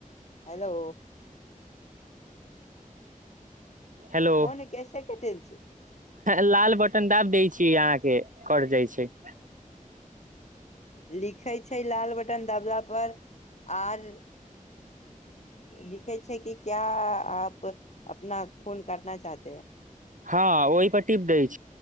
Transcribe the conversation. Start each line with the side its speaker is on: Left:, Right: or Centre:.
Left: हेलो
Right: हेलो
Left: फोन कैसे कटै छै
Right: लाल बटन दाब दै छी अहाँ के कट जाइ छै
Left: लिखै छै लाल बटन दबला पर आर लिखे छै कि क्या आप अपना फोन काटना चाहते है?
Right: हँ ओही पर टीप दै छी